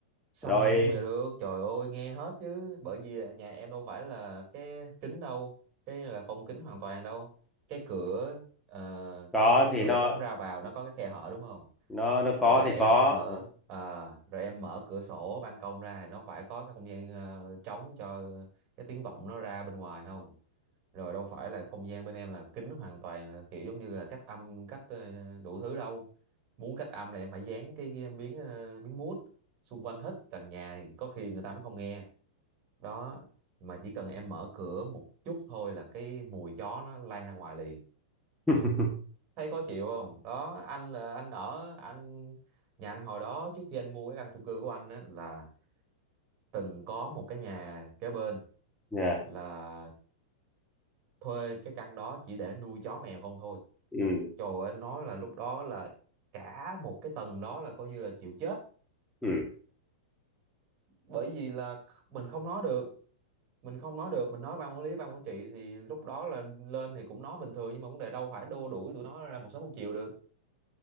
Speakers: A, on the right; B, in the centre.
A: sao
B: rồi
A: nghe không nghe được trời ơi nghe hết chứ bởi vì nhà em đâu phải là cái kính đâu cái là phong kính hoàn toàn đâu cái cửa ờ,
B: có
A: cái
B: thì
A: cửa
B: nó
A: đóng ra vào nó có cái khe hở đúng không
B: nó nó có
A: rồi
B: thì
A: em
B: có
A: mở à, rồi em mở cửa sổ ban công ra nó phải có cái không gian ờ, trống cho cái tiếng vọng nó ra bên ngoài không rồi đâu phải là không gian bên em là kín hoàn toàn là kiểu giống như là cách âm cách ờ, đủ thứ đâu muốn cách âm là em phải dán cái cái miếng ờ, miếng mút xung quanh hết tầng nhà thì có khi người ta mới không nghe đó mà chỉ cần em mở cửa một chút thôi là cái mùi chó nó lan ra ngoài liền
B: ừ. <laughs>
A: thấy khó chịu không đó anh là anh ở anh nhà anh hồi đó trước khi anh mua cái căn chung cư của anh á là từng có một cái nhà kế bên
B: Dạ.
A: là thuê cái căn đó chỉ để nuôi chó mèo không thôi
B: ừ.
A: trời ơi, anh nói là lúc đó là cả một cái tầng đó là coi như là chịu chết
B: Ừ.
A: bởi vì là mình không nói được mình không nói được mình nói ban quản lý ban quản trị thì lúc đó là lên thì cũng nói bình thường nhưng mà vấn đề đâu phải đua đuổi tụi nó ra một sớm một chiều được